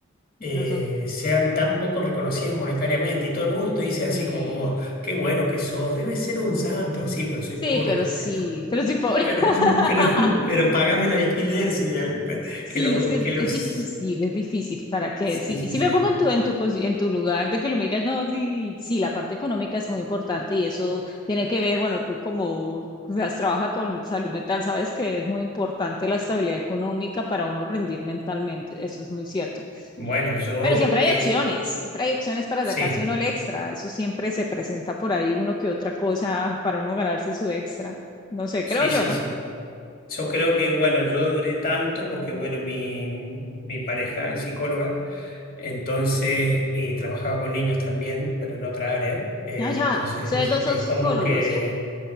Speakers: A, on the left; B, on the left.
A: eh,
B: No son.
A: sean tan poco reconocidas monetariamente. Y todo el mundo te dice así
B: eh,
A: como vos, qué bueno que sos, debes ser un santo. Sí, pero soy
B: Sí,
A: pobre.
B: pero
A: le
B: sí,
A: decía. <laughs>
B: pero sí pobre.
A: Pero,
B: <laughs>
A: pero, pero pagame el alquiler, sí, al-
B: Sí,
A: que los,
B: es que es,
A: que los...
B: es difícil, es difícil. ¿Para qué?
A: Sí,
B: Si, si
A: sí, sí.
B: me pongo en tu, en tu, posi- en tu lugar de que lo me digas, no, sí, sí, la parte económica es muy importante y eso tiene que ver, bueno, tú como has trabaja con salud mental, sabes que es muy importante la estabilidad económica para uno rendir mentalmente, eso es muy cierto.
A: Bueno, yo,
B: Pero siempre
A: eh,
B: hay opciones, siempre hay opciones para
A: sí,
B: sacarse uno el extra, eso siempre se presenta por ahí uno que otra cosa para uno ganarse su extra. No sé,
A: sí,
B: creo yo,
A: sí,
B: ¿no?
A: sí. Yo creo que, bueno, yo duré tanto porque, bueno, mi, mi pareja es psicóloga, entonces, y trabajaba con niños también, pero en otra área, eh,
B: Ya, ya,
A: entonces
B: ustedes
A: es,
B: dos son
A: es
B: psicólogos,
A: como que